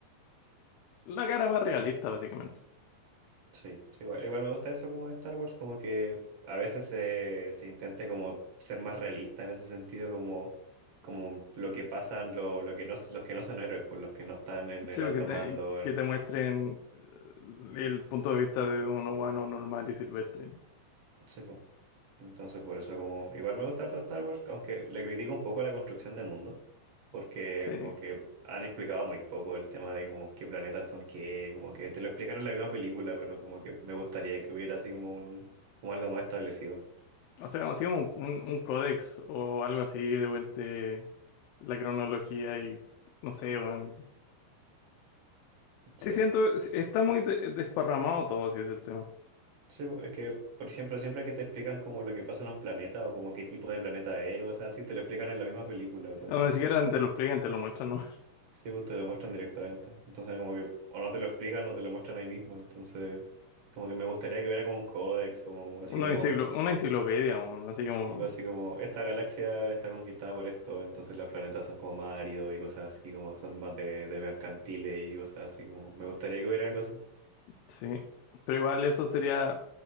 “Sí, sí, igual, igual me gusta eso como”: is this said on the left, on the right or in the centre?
Right